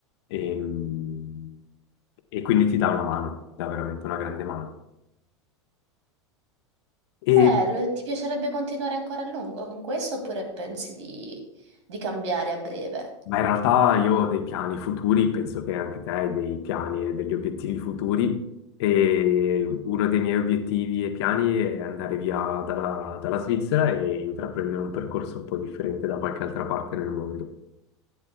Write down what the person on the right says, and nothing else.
Eh, lo- ti piacerebbe continuare ancora a lungo con questo oppure pensi di, di cambiare a breve?